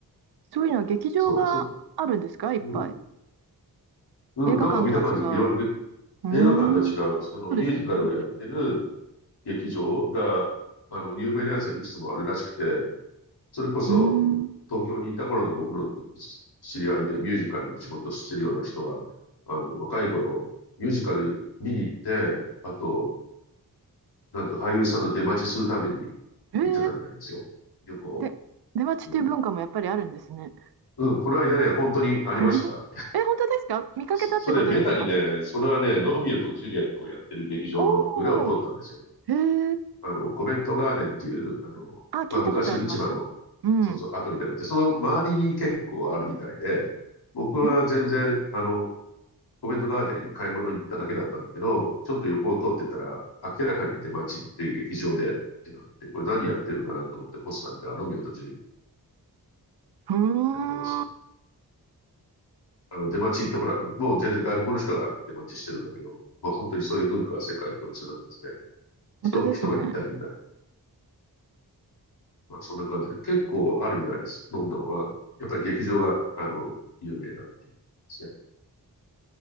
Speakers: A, on the right (about 80°); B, on the left (about 90°).
A: そういうのは劇場があるんですかいっぱい。
B: そう、そ、うん。うん、
A: 映画館とは違う。
B: なんか見た感じ、いろいろ
A: うーん。
B: 映画館とは違う、そのミュージカルをやってる
A: そうですよね。
B: 劇場が、あの、有名なやつはいくつもあるらしくて、それこそ東京にいた頃の僕の知知り合いでミュージカルの仕事をしてるような人は、
A: うーん。
B: あの、若い頃、ミュージカル見に行って、あと、なんて俳優さんの出待ちするために
A: えー、
B: 行ってたみたいですよ。旅行。
A: で、出待ちっていう文化もやっぱりあるんですね。
B: うん。うん、この間ね、本当にありました。
A: <laughs> え、本当ですか見かけたってことですか
B: そ <laughs> それ、ベタにね、それはね、ロミオとジュリエットをやってる劇場の裏を通ったんですよ。
A: お <laughs> おー、へえ。
B: あの、コベントガーデンっていう、あの、
A: あ、聞いたことあります。
B: まあ、昔の市場の、
A: うん。
B: そうそう、跡みたいなのがあって、その周りに結構あるみたいで、僕は全然、
A: うーん。う
B: あの、コベントガーデンに買い物に行っただけだったんだけど、ちょっと横を通ってたら、明らかに出待ちっていう劇場でってなって、これ何やってるのかなと思ってポスター見たら、ロミオとジュリエット
A: ーん。
B: やってましたね。あの、出待ちってほら、もう全然外国の人が出待ちしてるんだけど、まあ本当にそういう文化は世界共通なんですね。
A: 本当ですね。
B: 人、一目見たいみたいな。まあそんな感じで、結構あるみたいです。ロンドンは。やっぱり劇場が、あの、有名だっていうですね。